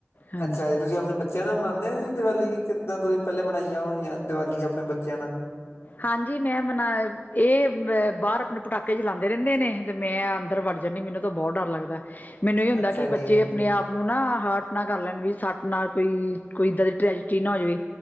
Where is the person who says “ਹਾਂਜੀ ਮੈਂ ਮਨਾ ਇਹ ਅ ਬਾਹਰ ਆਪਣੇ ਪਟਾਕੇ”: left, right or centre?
Left